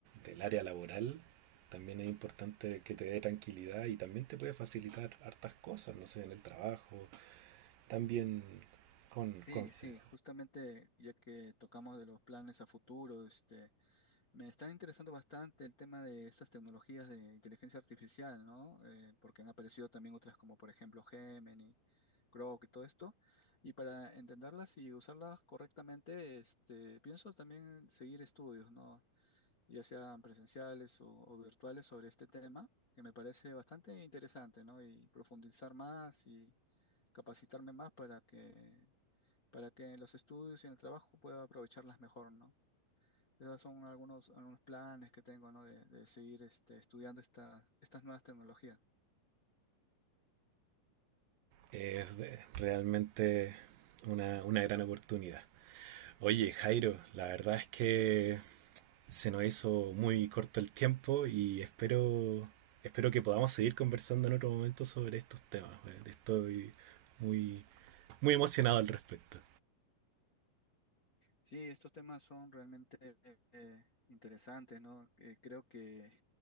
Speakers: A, on the right (about 75°); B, on the left (about 40°).
A: del área laboral, también es importante que te dé tranquilidad y también te puede facilitar hartas cosas, no sé, en el trabajo, también con
B: Sí,
A: consejos.
B: sí, justamente ya que tocamos de los planes a futuro, este, me está interesando bastante el tema de estas tecnologías de inteligencia artificial, ¿no? Eh, porque han aparecido también otras como por ejemplo Gemini, Grok y todo esto. Y para entenderlas y usarlas correctamente, este, pienso también seguir estudios, ¿no? Ya sean presenciales o, o virtuales sobre este tema, que me parece bastante interesante, ¿no? Y profundizar más y capacitarme más para que para que en los estudios y en el trabajo pueda aprovecharlas mejor, ¿no? Esos son algunos, algunos planes que tengo, ¿no? De, de seguir este, estudiando esta- estas nuevas tecnologías.
A: Es realmente una, una gran oportunidad. Oye, Jairo, la verdad es que se nos hizo muy corto el tiempo y espero, espero que podamos seguir conversando en otro momento sobre estos temas. Estoy muy, muy emocionado al respecto.
B: Sí, estos temas son realmente eh, interesantes, ¿no? Eh, creo que